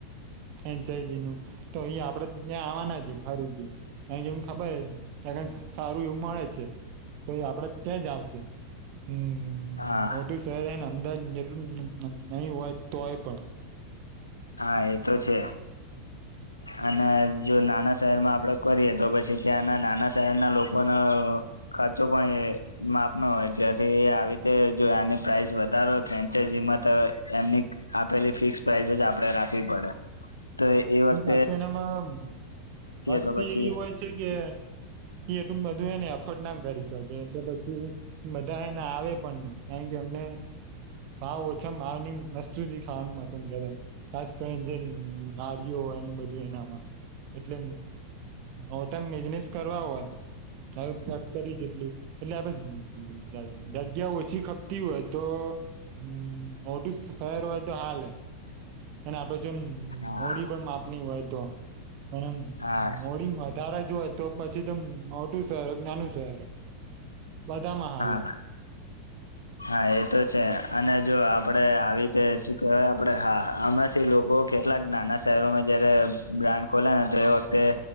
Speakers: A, on the right; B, on the left.
A: ફ્રેનચાયઝી નું તો ઈ આપડે ત્યાં આવવાના જ ફરીથી અ કેમ કે એને ખબર જ ત્યાં સારું એવું મળે છે તો એ આપડે ત્યાં જ આવશે. હમમ
B: હા
A: મોટું શહેર અને અમદાવાદ નહી હોય તોય પણ
B: હા એ તો છે.
A: <inaudible>
B: અને જો નાના શહેરમાં આપડે કરીએ તો પછી ત્યાંના નાના શહેરના લોકોના અ ખર્ચો પણ એ માપનો હોય ત્યાથી એ આવી રીતે જો આની પ્રાઇસ વધારે હોય ફ્રેનચાઈઝી માં ત એમની આપેલી ફિક્સ પ્રાઇસ જ આપડે રાખવી પડે.
A: <inaudible>
B: તો એ વાત
A: પાછું એનામાં વસ્તી
B: તો પછી
A: એવી હોય છે કે એ એટું બધું એને એફટ ના કરી શકે એટલે પછી બધા એને આવે પણ નહી કારણ કે એમને ભાવ ઓછા ભાવ ની વસ્તુ જ ખાવાનું પસંદ કરે ખાસ કરીને જે નારિયો એની બધું એનામાં એટલે મોટામ બિઝનેસ કરવા હોય કય ફેક્ટરી જેટલી એટલે આપડે જગ્યા ઓછી ખપતી હોય તો હમમ મોટું શહેર હોય તો હાલે હ અને આપડે મોડી
B: હા
A: પણ માપની હોય તો અને
B: હા
A: મોડી વધારે જ તો પછી તો મોટું શહેર હોય કે નાનું શહેર હોય. બધામાં હાલે
B: હા હા એ તો છે અને જો આપડે આવી રીતે શું કેહેવાય આપડે હા આમાંથી લોકો કેટલાક નાના શહેરોમાં જયારે બ્રાન્ડ ખોલે ને તો એ વખતે